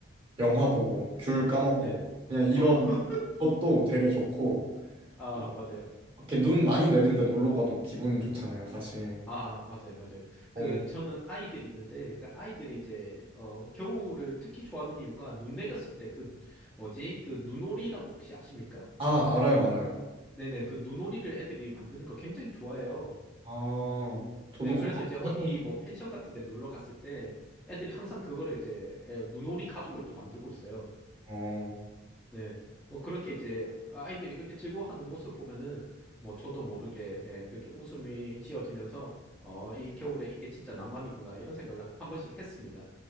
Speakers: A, on the right (about 25°); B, in the centre.
A: 영화 보고 귤 까먹고
B: 네.
A: 그냥 이런
B: 어, <laughs>
A: 것도 되게 좋고
B: 아,
A: 또
B: 맞아요.
A: 이렇게 눈 많이 내린데 놀러 가도 기분 좋잖아요, 사실.
B: 아, 맞아요, 맞아요.
A: 뭔-
B: 그, 저는 아이들이 있는데, 그 아이들이 이제, 어, 겨울을 특히 좋아하는 이유가 눈 내렸을 때 그, 뭐지? 그 눈오리라고 혹시 아십니까?
A: 아, 알아요, 알아요.
B: 네네, 그 눈오리를 애들이 만드는 거 굉장히 좋아해요.
A: 아, 저도
B: 네,
A: 그거
B: 그래서 이제 어디
A: 한번 해보고 싶어요.
B: 뭐 펜션 같은 데 놀러 갔을 때 애들이 항상 그거를 이제, 예, 눈오리 가죽을 또 만들고 있어요.
A: 어,
B: 네. 뭐 그렇게 이제 아이들이 그렇게 즐거워하는 모습을 보면은 뭐 저도 모르게 예, 그렇게 웃음이 지어지면서 어, 이 겨울에 이게 진짜 낭만이구나 이런 생각을 한 번씩 했습니다.